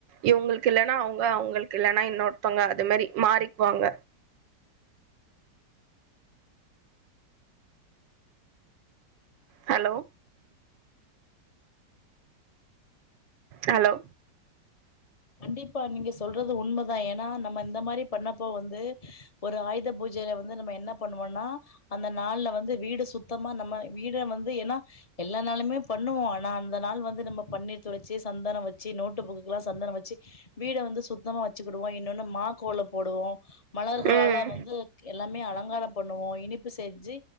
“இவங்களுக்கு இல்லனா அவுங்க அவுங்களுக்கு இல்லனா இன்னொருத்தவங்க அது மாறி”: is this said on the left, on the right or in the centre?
Right